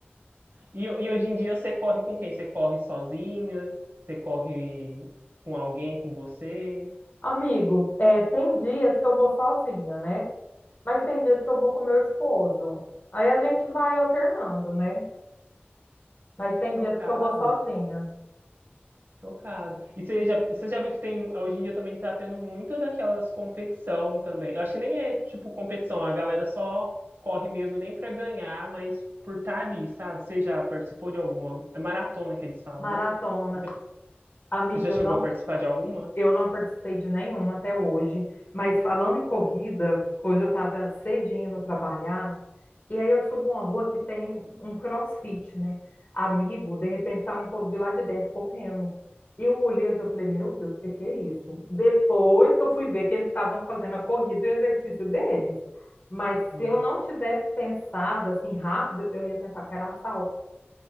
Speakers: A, on the right (about 60°); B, on the left (about 50°).
A: E, e hoje em dia você corre com quem? Você corre sozinha? Você corre com alguém, com você?
B: Amigo, é, tem dias que eu vou sozinha, né? Mas tem dias que eu vou com meu esposo. Aí a gente vai alternando, né? Mas tem
A: Chocado.
B: dias que eu vou sozinha.
A: Chocado. E você já, você já viu que tem, hoje em dia também tá tendo muita daquelas competição também. Eu acho que nem é tipo competição, a galera só corre mesmo nem pra ganhar, mas por estar ali, sabe? Você já participou de alguma? É maratona que eles falam,
B: Maratona.
A: né? Você já,
B: Amigo,
A: você já chegou
B: eu não,
A: a participar de alguma?
B: eu não participei de nenhuma até hoje. Mas falando em corrida, hoje eu estava cedinho no trabalhar. E aí eu subo uma rua que tem um CrossFit, né? Amigo, de repente sai um povo de lá de dentro correndo. Eu olhei assim, eu falei, meu Deus, o que que é isso? Depois que eu fui ver que eles estavam fazendo a corrida e o exercício deles. Mas
A: Não.
B: se eu não tivesse pensado assim rápido, eu ia pensar que era assalto.